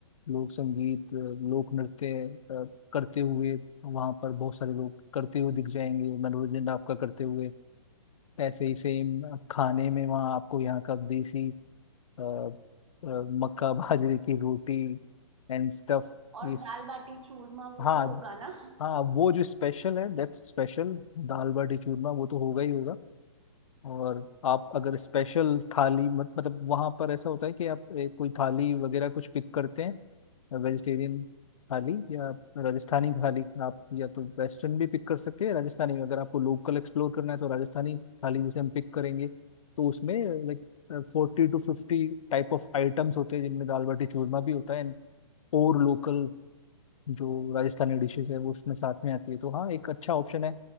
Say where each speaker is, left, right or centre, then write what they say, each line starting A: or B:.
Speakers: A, on the left; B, on the right.
A: लोक संगीत अ, लोक नृत्य अ, करते हुए वहाँ पर बहुत सारे लोग करते हुए दिख जाएंगे मनोरंजन आपका करते हुए ऐसे ही सेम खाने में वहाँ आपको यहाँ का देसी अ, अ, मक्का बाजरे की रोटी एंड स्टफ
B: और
A: इस
B: दाल बाटी चूरमा वो
A: हाँ
B: तो होगा ना
A: हाँ वो जो स्पेशल है दैट्स स्पेशल दाल बाटी चूरमा वो तो होगा ही होगा और आप अगर स्पेशल थाली मत मतलब वहाँ पर ऐसा होता है कि आप ए, कोई थाली वगैरह कुछ पिक करते हैं वेजिटेरियन थाली या राजस्थानी थाली आप या तो वेस्टर्न भी पिक कर सकते हैं राजस्थानी अगर आपको लोकल एक्सप्लोर करना है तो राजस्थानी थाली जैसे हम पिक करेंगे तो उसमें like फोर्टी टू फिफ्टी type of items होते हैं जिनमें दाल बाटी चूरमा भी होता है एंड और लोकल जो राजस्थानी डिशेज है वो उसमें साथ में आती है तो हाँ एक अच्छा ऑप्शन है